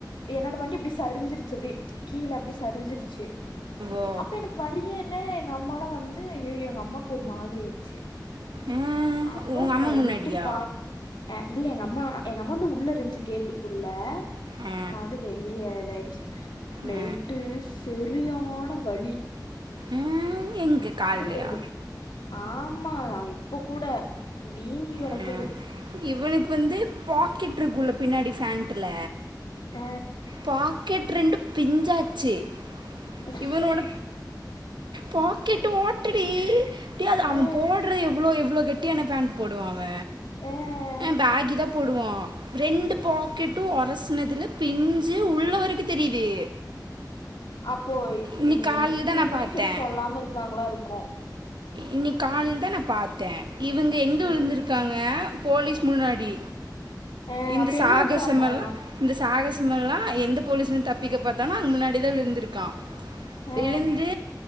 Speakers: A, on the left; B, on the right.
A: என்னோட வண்டி இப்டி சரிஞ்சிருச்சு அப்டி கீழ அப்டி சரிஞ்சிருச்சு
B: ஓ
A: அப்ப எனக்கு வழியே இல்ல எங்க அம்மாலா வந்து அயொ எங்க அம்மாக்கு ஒரு மாரி ஆயிச்சு
B: ஆ,
A: அப்பற
B: உங்க அம்மா
A: நைட்டு
B: முன்னாடியா
A: பா அ இல்ல எங்க அம்மா எங்க அம்மா வந்து உள்ள இருன்ச்சு கேட்டுக்குள்ள
B: ஆ,
A: நா வந்து வெளியே இதாயிடுச்சு நைட்டு
B: ஆ,
A: செரியான வலி
B: ம் எங்க கால்லையா
A: அப்டி ஒருவல் ஆமா இப்போ கூட வீங்கி கெடக்குது
B: ஆ, இவனுக்கு வந்து பாக்கெட் இருக்குல பின்னாடி ஃபேண்ட்டுல
A: ஆ
B: பாக்கெட் ரெண்டு பிஞ்சாச்சு
A: உஃப்
B: இவனோட பாக்கெட்டு ஓட்டடி ஏ அத அவ
A: அ
B: போட்ற எவ்ளோ எவ்ளோ கெட் ட்டியான பேண்ட் போடுவா அவ
A: அ
B: பேகி தா போடுவா ரெண்டு பாக்கெட்டு ஒரசினதில பிஞ்சு உள்ளவருக்கு தெரியுது
A: அப்போ
B: இன்னைக்கு
A: நீங்க
B: காலையில்
A: திட்டுவீங்கன்
B: தான் நான் பார்த்தேன்
A: சொல்லி சொல்லாம இருக்காங்களா இருக்கு
B: இனிக் காலில தா நா பாத்தே இவங்க எங்க
A: ம்
B: விழுந்துருக்காங்க போலீஸ் முன்னாடி
A: ஆ
B: இந்த
A: அப்ப
B: சாகசமெல்லா
A: என்னாச்சாமா
B: இந்த சாகசமெல்லா எந்த போலீஸுலருந்து தப்பிக்க பாத்தானொ அங்க முன்னாடிதா விழுந்திருக்கா
A: ஆ
B: விழுந்து